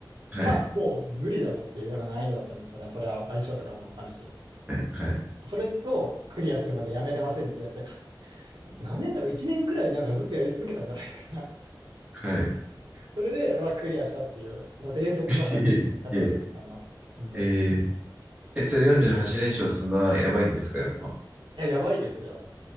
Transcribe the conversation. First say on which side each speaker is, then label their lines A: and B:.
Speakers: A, on the right; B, on the right.
A: はい、
B: まあもう無理だろうっていうような難易度だったんですよね。それは相性とかもあるし。
A: はい、はい、
B: それをクリアするまでやめれませんっていうやつで、か何年だろう ?1 年くらいなんかずっとやり続けたんじゃないかな。
A: はい。
B: <laughs> それで、まあ、クリアしたっていう、もう伝説の敗戦ですよ、
A: <laughs> すげえ。
B: 片条さんの。本当に。
A: えー
B: い
A: え、それ48連勝するのはやばいんですか、やっぱ。
B: や、やばいですよ。